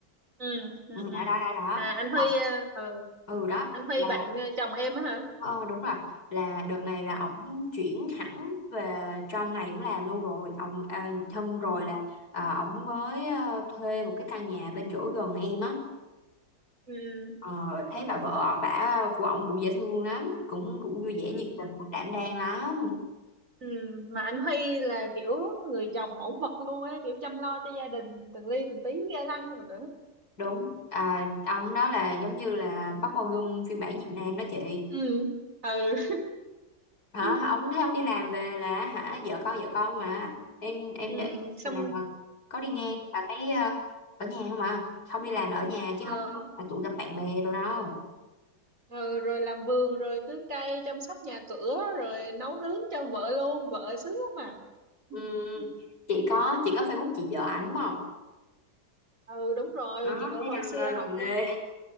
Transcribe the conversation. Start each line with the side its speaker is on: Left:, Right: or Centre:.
Right: ừ ừ
Left: ừ,
Right: ừ
Left: đã đã đã đã
Right: à anh Huy
Left: Ờ,
Right: ờ ờ,
Left: ừ đó
Right: anh Huy
Left: là
Right: bạn ờ, chồng em á hả
Left: ờ, đúng rồi là đợt này là
Right: à
Left: ổng chuyển hẳn về trong này cũng làm luôn rồi ổng à, thâm rồi
Right: ừ
Left: là à, ổng mới ờ, thuê một cái căn nhà bên chỗ gần em á
Right: ừ
Left: Ờ, thấy bà vợ bà của ổng cũng dễ thương lắm cũng cũng vui vẻ
Right: ừ
Left: nhiệt tình
Right: ừ
Left: đảm đang lắm
Right: ừ. mà anh Huy là kiểu người chồng mẫu mực luôn á kiểu chăm lo cho gia đình từng ly từng tí ghê lăng rồi nữa
Left: đúng à, ông đó là giống như là Park Bo Gum phiên bản Việt Nam đó chị
Right: ừ ừ
Left: hả
Right: <laughs>
Left: ông thấy ông đi làm về là hả vợ con vợ con mà em em
Right: ừ,
Left: để ý
Right: xong
Left: lần nào mà có đi ngang
Right: ừ,
Left: là thấy ờ, ở nhà không à không đi làm là ở nhà chứ
Right: ờ,
Left: không có là tụ gặp bạn bè rồi đâu
Right: ờ, rồi làm vườn rồi tưới cây chăm sóc nhà cửa rồi nấu nướng cho vợ luôn vợ sướng lắm mà
Left: ừ,
Right: <laughs>
Left: chị có chị có Facebook chị vợ ảnh đúng không
Right: ừ đúng rồi
Left: đó
Right: vợ
Left: thấy
Right: hồi
Left: đăng
Right: xưa
Left: lên
Right: học
Left: là mê